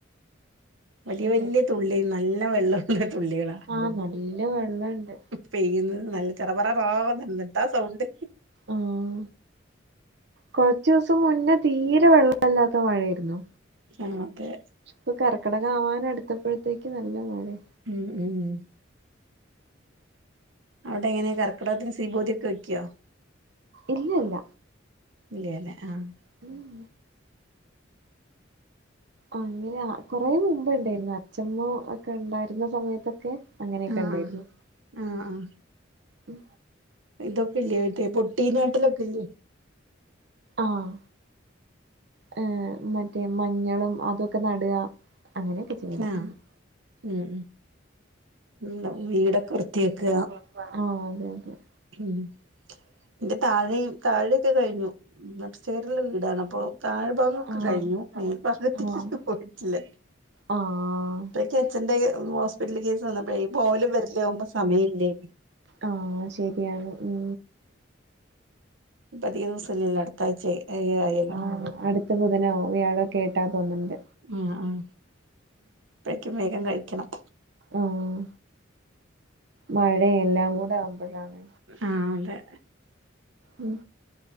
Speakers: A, on the right (about 80°); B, on the right (about 60°).
A: വലിയ
B: അതെ
A: വലിയ തുള്ളി നല്ല വെള്ളമുള്ള തുള്ളികളാ
B: ആഹ് നല്ല വെള്ളമുണ്ട്.
A: പെയ്യുന്നത് നല്ല ചറ പറററാ ന്നുണ്ട്എന്താ സൗണ്ട്
B: ആഹ്. കുറച്ചു ദിവസം മുന്നേ തീരെ വെള്ളയില്ലാത്ത മഴായിരുന്നു.
A: ആഹ് അതെ.
B: ഇപ്പൊ കറക്കിടക ആവാൻ അടുത്തപ്പോഴത്തേക്ക് നല്ല മഴ.
A: ഉം ഉം ഉം അവിടെ എങ്ങനെയ കർക്കിടകത്തിന് സീബോതിഒക്കെ വെക്കോ?
B: ഇല്ല ഇല്ല
A: ഇല്ലേല്ലേ ആഹ്.
B: ഉം ആ അങ്ങനെ കൊറെ മുമ്പ് ഇണ്ടായിരുന്നു അച്മ്മ. ഒക്കെ ഉണ്ടായിരുന്ന സമയത്തൊക്കെ അങ്ങനെയൊക്കെ
A: ആഹ്
B: ഉണ്ടായിരുന്നു.
A: ആഹ് ആഹ്.
B: ഉം
A: ഇതൊക്കെ ഇല്ലെ മറ്റേ പൊട്ടി നാട്ടിലൊക്കെ ഇല്ലേ?
B: ആഹ് ഏഹ് മ മറ്റേ മഞ്ഞളും അതൊക്കെ നട അങ്ങനെയൊക്കെ. ചെയ്യലൊക്കെ
A: ആഹ്
B: ഉണ്ട്
A: ഉം നമ്മുടെ വീടൊക്കെ വൃത്തിയക്ക.
B: ഉം അതെ അതെ <unintelligible>
A: ഉം എന്റെ താഴെയും താഴെയൊക്കെ കഴിഞ്ഞു അപ് സ്റ്റേറുള്ള വീടാണ് അപ്പൊ താഴ്ഭാഗം ഒക്കെ
B: ആഹ്
A: കഴിഞ്ഞു മേൽഭാഗത്തേക്ക്
B: ആഹ്
A: പോയിട്ടില്ല
B: ആഹ്
A: അപ്പഴേക്ക അച്ഛന്റെ ഹോസ്പിറ്റൽ കേസ് വ ന്നപ്പോ ഈ പോലും വരലും ഒന്നും സമയി ല്ലേ
B: ആഹ് ശെരിയാണ് ഉം
A: ഇപ്പൊ അതിക ദിവസംല്ലല്ലോ അടു ത്താഴ്‌ ചായി ആയല്ലോ
B: ആ അടുത്ത ബുധനോ വ്യാഴോക്കെ ആയിട്ടാ തോന്ന്ണ്ട്
A: ഉം പ്പഴേക്കും വേഗം കഴിക്കണം
B: ആഹ് മഴ എല്ലാം കൂടെ ആവുമ്പോഴാണ്
A: ആഹ് അതെ
B: ഉം